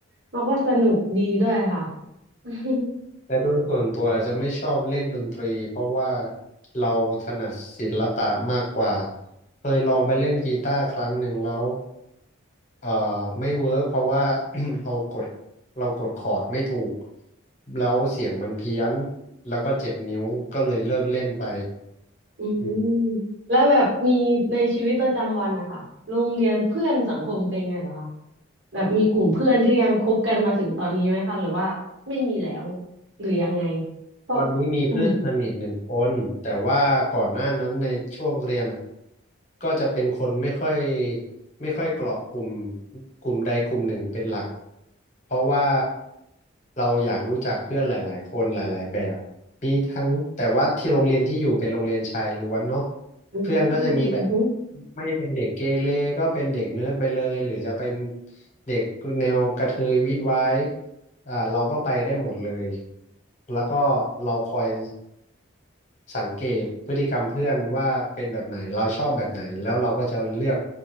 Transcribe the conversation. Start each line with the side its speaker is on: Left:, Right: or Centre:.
Right: เราก็สนุกดีด้วยค่ะ <laughs>
Left: แต่โดยส่วนตัวจะไม่ชอบเล่นดนตรีเพราะว่าเราถนัดศิลปะมากกว่าเคยลองไปเล่นกีตาร์ครั้งหนึ่งแล้วเอ่อไม่เวิร์กเพราะว่า <coughs> <clears throat> เรากดเรากดคอร์ดไม่ถูกแล้วเสียงมันเพี้ยนแล้วก็เจ็บนิ้วก็เลยเลิกเล่นไป
Right: อืม
Left: อืม
Right: แล้วแบบมีในชีวิตประจำวันนะคะโรงเรียนเพื่อนสังคมเป็นไงเหรอคะแบบมีกลุ่มเพื่อนที่ยังคบกันมาถึงตอนนี้ไหมคะหรือว่าไม่มีแล้วหรือยังไงเพราะอืม
Left: ตอนนี้มีเพื่อนสนิทหนึ่งคนแต่ว่าก่อนหน้านั้นในช่วงเรียนอะก็จะเป็นคนไม่ค่อยไม่ค่อยเกาะกลุ่มกลุ่มใดกลุ่มหนึ่งเป็นหลักเพราะว่าเราอยากรู้จักเพื่อนหลายๆคนหลายๆแบบมีทั้งแต่ว่าที่โรงเรียนที่อยู่เป็นโรงเรียนชายล้วนเนาะ
Right: อืมอืม
Left: เพื่อนก็จะมีแบบไม่เป็นเด็กเกเรก็เป็นเด็กเนิร์ดไปเลยหรือจะเป็นเด็กแนวกระเทยวิดไว้ อ่าเราก็ไปได้หมดเลยแล้วก็เราคอยสังเกตพฤติกรรมเพื่อนว่าเป็นแบบไหนเราชอบแบบไหนแล้วเราก็จะเลือก